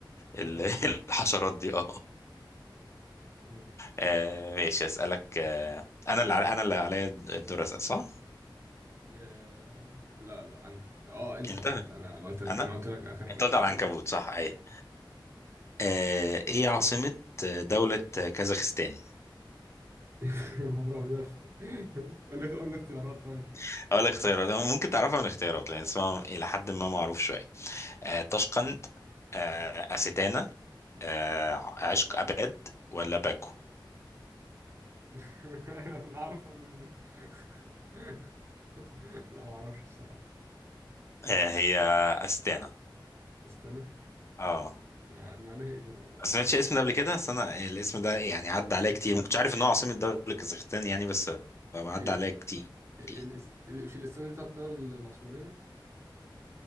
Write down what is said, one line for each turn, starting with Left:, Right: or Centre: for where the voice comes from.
Right: حشرات
Left: ال... <laughs> الحشرات دي اه
Right: آه.
Left: آه ماشي اسالك آه انا اللي على انا اللي عليا الدور اسال صح
Right: يا- لا لا انا اه انت
Left: انت
Right: اه انت انا أنا قلت انا
Left: انا
Right: قلت لك اخر
Left: انت قلت
Right: اه
Left: على العنكبوت
Right: انا قلت
Left: صح ايه آه ايه عاصمة دولة كازاخستان
Right: <laughs> يا نهار ابيض قول لي قول لي اختيارات طيب
Left: <laughs> اقول لك اختيارات ممكن تعرفها من اختيارات لان اسمها الى حد ما معروف شوية آه
Right: مم.
Left: طشقند آه أستانا آه عشق أباد ولا باكو
Right: <laughs> انا عارفها من دي <laughs> لا ما اعرفش الصراحه
Left: آه هي أستانا
Right: استنى
Left: اه
Right: مع- معناها ايه دي ما ما
Left: ما
Right: تعرفش
Left: سمعتش الاسم ده قبل كده بس انا الاسم ده يعني عدى عليا كتير ما كنتش عارف ان هو عاصمة دولة كازاخستان يعني بس عدى
Right: ايه إيه
Left: عليا
Right: است
Left: كتير
Right: ايه إيه
Left: يعني.
Right: الاست إيه- مش الاستانه دي بتاعت الدوله العثمانيه